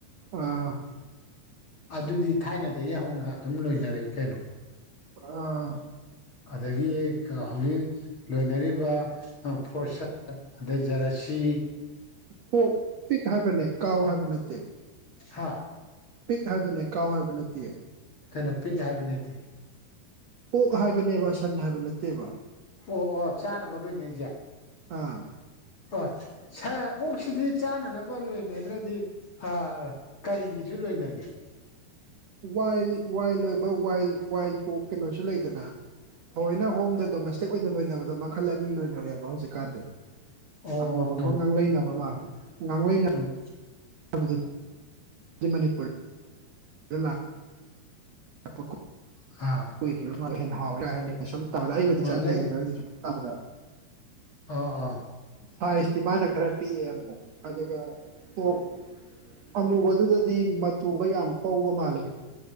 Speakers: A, on the right; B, on the left.
A: ꯑ
B: ꯑꯗꯨꯗꯤ ꯊꯥꯏꯅꯗꯒꯤ ꯍꯧꯅ ꯑꯗꯨꯝ ꯂꯣꯏꯅꯔꯛꯏ ꯀꯩꯅꯣ
A: ꯑ
B: ꯑꯗꯒꯤ ꯈꯥ ꯍꯧꯖꯤꯛ ꯂꯣꯏꯅꯔꯤꯕ ꯑ ꯐꯣꯔꯁꯟ ꯑꯗꯩ ꯖꯔꯥꯁꯤ
A: ꯄꯣꯛ ꯄꯤꯛ ꯍꯥꯏꯕꯅꯦ ꯀꯥꯎ ꯍꯥꯏꯕ ꯅꯠꯇꯦ
B: ꯁꯥ
A: ꯄꯤꯛ ꯍꯥꯏꯕꯅꯦ ꯀꯥꯎ ꯍꯥꯏꯕ ꯅꯠꯇꯦ
B: ꯀꯩꯅꯣ ꯄꯤꯛ ꯍꯥꯏꯕꯅꯦꯗꯤ
A: ꯑꯣꯛ ꯍꯥꯏꯕꯅꯦꯕ ꯁꯟ ꯍꯥꯏꯕ ꯅꯠꯇꯦꯕ
B: ꯑꯣ ꯑꯣ ꯆꯥꯅꯕ ꯂꯣꯏꯅꯩꯁꯦ
A: ꯑꯥ
B: ꯍꯣꯏ ꯁꯥꯔ ꯑꯣꯛꯁꯤꯗꯤ ꯆꯥꯅꯅꯕ ꯂꯣꯏꯅꯗ꯭ꯔꯗꯤ ꯑ ꯀꯩꯒꯤꯁꯨ ꯂꯣꯏꯅꯒꯦ
A: ꯋꯥꯏꯜꯒꯤ ꯋꯥꯏꯜ ꯑꯣꯏꯕ ꯋꯥꯏꯜ ꯋꯥꯏꯜ ꯄꯣꯛ ꯀꯩꯅꯣꯁꯨ ꯂꯩꯗꯅ ꯊꯑꯣꯏꯅ ꯍꯣꯝꯗ ꯗꯣꯃꯦꯁꯇꯤꯛ ꯑꯣꯏꯅ ꯂꯣꯏꯅꯕꯗ ꯃꯈꯜ ꯑꯅꯤ ꯂꯣꯏꯅꯔꯦꯕ ꯍꯧꯖꯤꯛꯀꯥꯟꯗꯤ
B: ꯑꯣ
A: ꯑꯃꯨꯕ
B: ꯑꯣ
A: ꯑꯃ ꯉꯥꯡꯂꯩꯅꯕ ꯑꯃꯥ ꯉꯥꯡꯂꯩꯅꯕ
B: ꯍꯣꯌ
A: ꯍꯧꯖꯤꯛ ꯗꯤ ꯃꯅꯤꯄꯨꯔ ꯗꯥꯂꯛ <unintelligible>
B: ꯍꯥ
A: ꯍꯨꯏꯗꯤ <unintelligible> ꯍꯥꯎꯋꯦꯒ ꯍꯥꯏꯅꯩ ꯃꯤꯅꯥ ꯁꯨꯝ ꯇꯝꯕꯗꯥ ꯑꯩꯕꯨꯗꯤ
B: ꯋꯥꯡꯂꯩ
A: ꯆꯥꯗꯦ ꯑꯗꯣ ꯑꯩꯗꯤ ꯁꯨꯝ ꯇꯝꯖꯕ
B: ꯑꯥꯎ ꯑꯥ
A: ꯁꯥꯏꯖꯇꯤ ꯃꯥꯅ ꯈꯔ ꯄꯤꯛꯑꯦ ꯑꯃꯨꯛ ꯑꯗꯨꯒ ꯀꯣꯛ ꯑꯃꯨꯕꯗꯨꯗꯗꯤ ꯃꯇꯨꯒ ꯌꯥꯝ ꯄꯧꯕ ꯃꯥꯜꯂꯦ